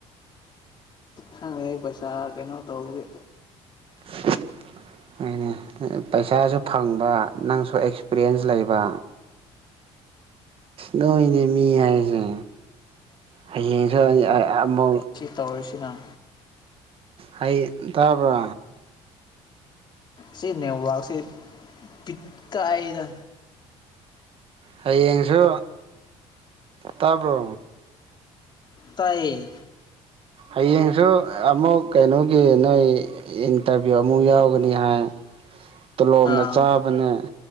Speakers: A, on the left; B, on the right.
A: ꯈꯪꯉꯦ ꯄꯩꯁꯥ ꯀꯩꯅꯣ ꯇꯧꯕꯒꯤ
B: <inaudible> ꯍꯣꯢꯅꯦ ꯄꯩꯁꯥꯁꯨ ꯐꯪꯕ ꯅꯪꯁꯨ ꯑꯦꯛꯁꯄꯤꯔꯤꯌꯦꯟꯁ ꯂꯩꯕ ꯅꯣꯏꯅꯦ ꯃꯤ ꯍꯥꯏꯁꯦ ꯍꯌꯦꯡ ꯑꯩ ꯑꯥ ꯃꯣꯜ
A: ꯇꯧꯔꯁꯤꯅ
B: ꯍꯩ ꯇꯥꯕ꯭ꯔꯥ
A: ꯁꯤ ꯅꯦꯠꯋꯥꯛꯁꯤ ꯄꯤꯠ ꯀꯥꯏꯗ
B: ꯍꯌꯦꯡꯁꯨ ꯇꯥꯕ꯭ꯔꯣ
A: ꯇꯥꯏꯌꯦ
B: ꯍꯌꯦꯡꯁꯨ ꯑꯃꯨꯛ ꯀꯩꯅꯣꯒꯤ ꯅꯣꯏ ꯏꯟꯇꯔꯚꯤꯌꯨ ꯑꯃꯨꯛ ꯌꯥꯎꯒꯅꯤ ꯍꯥꯏ ꯇꯣꯂꯣꯞꯅ
A: ꯑꯥ
B: ꯆꯥꯕꯅꯦ